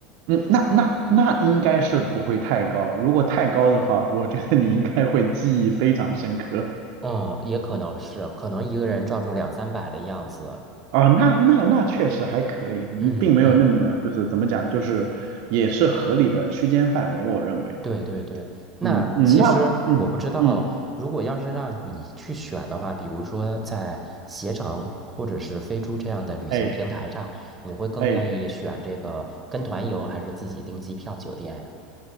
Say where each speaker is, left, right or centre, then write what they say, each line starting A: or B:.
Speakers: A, on the right; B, on the right.
A: 嗯，那那那应该是不会太高，如果太高的话，我觉得你应该会记忆非常深刻
B: 嗯，也可能是，可能一个人照住两三百的样子，
A: 啊。那那那确实还可以，嗯并没有那么就是怎么讲，
B: 嗯嗯，
A: 就是也是合理的区间范围，我认为。
B: 对对对。那其实我不知道，
A: 嗯嗯，那嗯嗯，
B: 如果要是让你去选的话，比如说在携程或者是飞猪这样的旅行平台上，
A: 哎
B: 你会更愿意选这个跟团游还是自己订机票酒店呀？
A: 哎。